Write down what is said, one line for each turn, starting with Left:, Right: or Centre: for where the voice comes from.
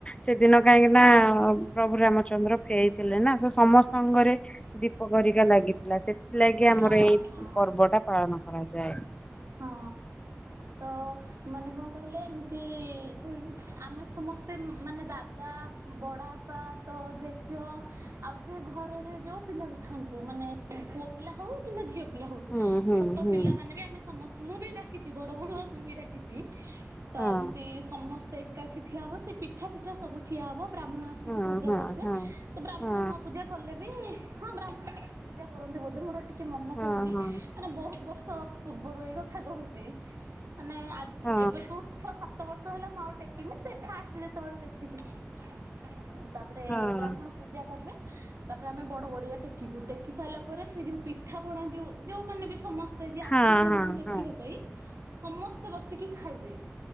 Left: ସେଦିନ କାହିଁକିନା
Right: ହଁ ହଁ
Left: ପ୍ରଭୁ ରାମ ଚନ୍ଦ୍ର ଫେଇଥିଲେ ନା ସେ ସମସ୍ତଙ୍କରେ ଦୀପ ହେରିକା ଲାଗି ହେଲା ସେ ଥିଲାଗି ଆମର
Right: ହଁ
Left: ଏଇ
Right: ହଁ
Left: ପର୍ବ ଟା ପାଳନ କରାଯା ଯାଏ
Right: ହଁ ତ ମାନେ କଣ କହିଲେ ଏମିତି ଉଁ ଆମେ ସମସ୍ତେ ମାନେ ଦାଦା ବଡ଼ବାପା ତ ଜେଜା ଆଉ ଯୋ ଘରରେ ଯେଉଁ ପିଲା ବି ଥାଆନ୍ତୁ ମାନେ ପୁଅ ପିଲା ହଉ କିମ୍ବା ଝିଅ ପିଲା ହଉ
Left: ହୁଁ ହୁଁ
Right: ଛୋଟ
Left: ହୁଁ
Right: ପିଲାମାନେ ବି ଆମେ ସମସ୍ତେ ମୁଁ ବି ଡାକିଛି ବଡ ବଡୁଆ ମୁଁ ବି ଡାକିଛି। ତ
Left: ହଁ
Right: ଏମତି ସମସ୍ତେ ଏକାଠି ଠିଆ ହବ ସେ ପିଠା ପି ତ ସବୁ ଠିଆ ହବ ବ୍ରାହ୍ମଣ ଆସିକି
Left: ହଁ
Right: ପୂଜା
Left: ହଁ
Right: କରିବେ
Left: ହଁ
Right: ତ ବ୍ରାହ୍ମଣ
Left: ହଁ
Right: ନ ପୂଜା କଲେ ବି ହଁ ବ୍ରାହ୍ମଣ ଆସିକି ପୂଜା କରନ୍ତି ବୋଧେ ମୋର ଟିକେ ମନେ
Left: ହଁ
Right: ପଡୁନି
Left: ହଁ
Right: ମାନେ ବହୁତ ବର୍ଷ ସ <unintelligible> ପୂର୍ବରୁ ଏଇ <unintelligible> ମାନେ ନା
Left: ହଁ
Right: ଏବେକୁ ଛଅ ସାତ ସାତ ବର୍ଷ ହେଲା ମୁଁ ଆଉ ଟେକିନି ସେ ଫାଷ୍ଟ ଯେତେବେଳେ ଦେଖିଥିଲି ଉ ତାପରେ
Left: ହଁ
Right: ବ୍ରାହ୍ମଣ ପୂଜା କରିବେ। ତାପରେ ଆମେ ବଡ ବଡିଆ ଟେକିବୁ ଟେକି ସାରିଲା ପରେ ସେ ଯୋଉ ପିଠା ପଣା ଯୋଉ ଯୋଉମାନେ ବି ସମସ୍ତେ ସ୍ତେ ଯା
Left: ହଁ
Right: ସେଥି
Left: ହଁ
Right: ଉମ ଟେକିବା
Left: ହଁ
Right: ପାଇଁ ସମସ୍ତେ ବସିକି ଖାଇବେ।